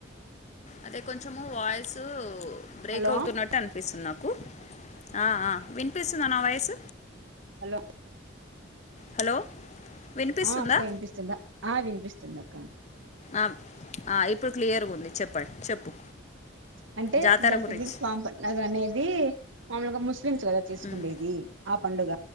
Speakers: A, on the left; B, on the right.
A: అదే కొంచము వాయిస్ బ్రేక్
B: హలో
A: అవుతున్నట్టు ఉంది నిపిస్తుంది నాకు ఆ ఆ వినిపిస్తుందా నా వాయిస్.
B: హలో.
A: హలో. వినిపిస్తుందా
B: ఆ అక్క వినిపిస్తుందా ఆ వినిపిస్తుంది అక్క.
A: ఆ ఆ ఇప్పుడు క్లియర్గా ఉంది చెప్పండి చెప్పు
B: అంటే
A: జాతర
B: దస్తగిరి
A: గురించి
B: స్వామి పండగ అనేది. మామలుగా ముస్లిమ్స్ కదా చేసుకునేది
A: ఉమ్,
B: ఆ పండుగ.